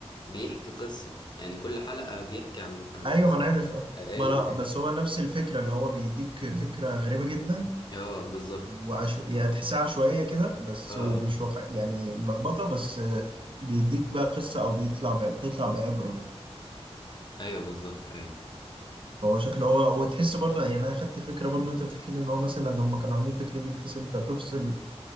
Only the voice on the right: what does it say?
ايوه
ما انا عارف آه.
ما انا بس هو نفس الفكره اللي هو بيديك فكره غريبه جدا
وعشو... يعني تحسها عشوائية كده بس
ومش واقع يعني ملخبطة بس آه، بيديك بقى قصة أو بيطلع ب... بتطلع بعبرة منه
فهو شكله هو وتحس برضه يعني أنا خدت فكرة برضه أنت بتحكي لي إن هو مثلا هم كانوا عاملين فكرة دي بحيث أنت تفصل